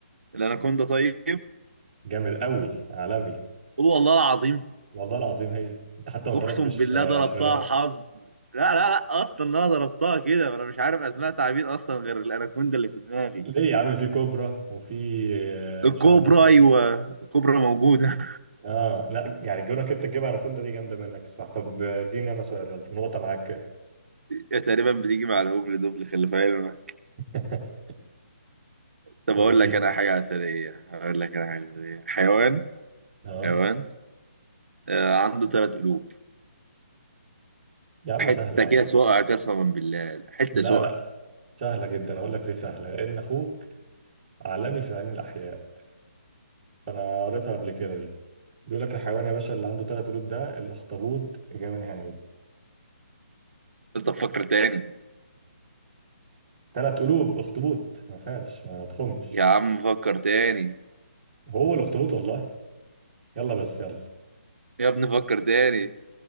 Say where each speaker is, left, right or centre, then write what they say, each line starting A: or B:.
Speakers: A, on the right (about 75°); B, on the right (about 20°).
A: الاناكوندا طيب
B: جامد قوي عالمي
A: قول والله العظيم
B: والله العظيم هي انت حتى ما
A: اقسم
B: طلبتش
A: بالله
B: آه،
A: ضربتها
B: خيارات
A: حظ لا لا لا اصلا انا ضربتها كده انا مش عارف اسماء تعابين اصلا غير الاناكوندا اللي في دماغي
B: ليه يا عم في كوبرا وفي آه،
A: الكوبرا
B: مش عارف ايه تاني
A: ايوه الكوبرا موجوده
B: اه لا يعني جونك انت تجيبها انا كنت دي جامده منك صح طب آه، اديني انا سؤال يلا نقطه معاك كده
A: <laughs> هي تقريبا بتيجي مع الهبل دبل خلي في علمك
B: <laughs>
A: طب
B: طب
A: اقول
B: اديني
A: لك انا حاجه عسليه اقول لك انا حاجه عسليه حيوان
B: اه
A: حيوان آه عنده ثلاث قلوب
B: يا عم
A: حته
B: سهله يا
A: كده
B: عم
A: سقع قسما بالله حته
B: لا
A: سقع
B: لا سهله جدا اقول لك ليه سهله لان اخوك عالمي في علم الاحياء فانا قريتها قبل كده دي بيقول لك الحيوان يا باشا اللي عنده ثلاث قلوب ده الاخطبوط اجابه نهائيه
A: انت فكر تاني
B: ثلاث قلوب اخطبوط ما فيهاش ما تخمش
A: يا عم فكر تاني
B: هو الاخطبوط والله يلا بس يلا
A: يا ابني فكر تاني